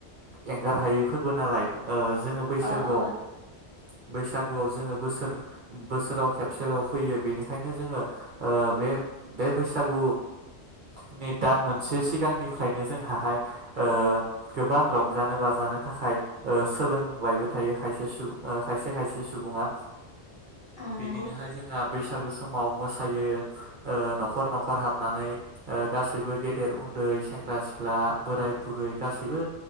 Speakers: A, on the right (about 55°); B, on the left (about 55°).
A: एंगार हायैफोरबो नालाय ओ जोङो बैसागोआव
B: अ अ
A: बैसागोआव जोङो बोसोर बोसोराव खेबसेल' फैयो बेनिखायनो जोङो ओ बे बे बैसागुनि दान मोनसे सिगांनिफ्रायनो जोंहाहाय ओ गोबां रंजानो बाजानो थाखाय सोलोंबायबो थायो खायसे सुबुं खायसे खायसे सुबुङा
B: औ
A: बिदिनोहाय
B: नंगौ
A: जोंहा। बैसागु समाव मोसायो ओ न'खर न'खर हाबनानै ओ गासैबो गेदेर उन्दै सेंग्रा सिख्ला बोराय बुरै गासैबो